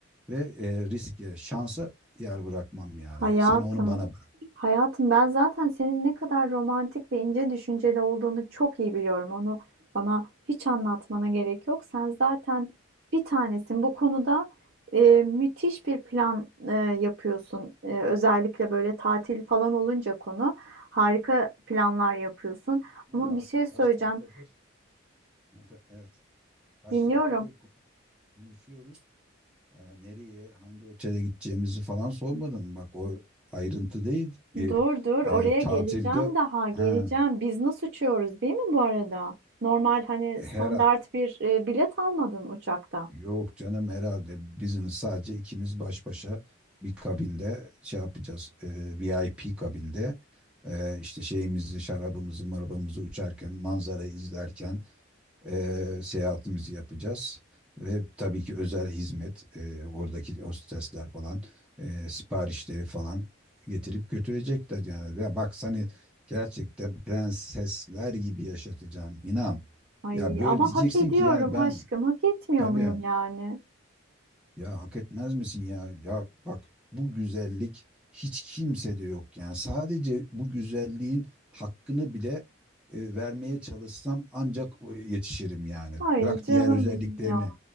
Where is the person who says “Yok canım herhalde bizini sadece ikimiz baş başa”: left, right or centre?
Centre